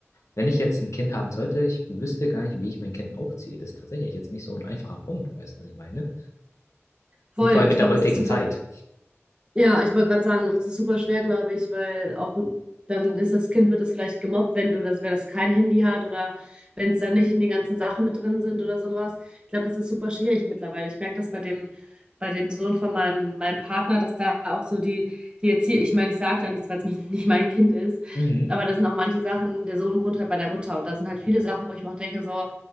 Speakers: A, on the left (about 85°); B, on the right (about 20°).
A: wenn ich jetzt ein Kind haben sollte, ich wüsste gar nicht, wie ich mein Kind aufziehe. Das ist tatsächlich jetzt nicht so ein einfacher Punkt, weißt du, was ich meine?
B: Voll,
A: Und vor allem
B: ich
A: mit
B: glaube,
A: der heutigen
B: das ist super
A: Zeit.
B: Ja, ich wollte gerade sagen, das ist super schwer, glaube ich, weil auch dann ist das Kind, wird das vielleicht gemobbt, wenn du das, wenn das kein Handy hat oder wenn es da nicht in den ganzen Sachen mit drin sind oder sowas. Ich glaube, das ist super schwierig mittlerweile. Ich merke das bei dem, bei dem Sohn von meinem, meinem Partner, dass da auch so die, die Erziehung, ich meine, ich sage da nichts, weil es mich- nicht mein Kind ist,
A: Mhm,
B: aber das sind auch manche Sachen, der Sohn wohnt halt bei der Mutter und da sind halt viele Sachen, wo ich mir auch denke, so,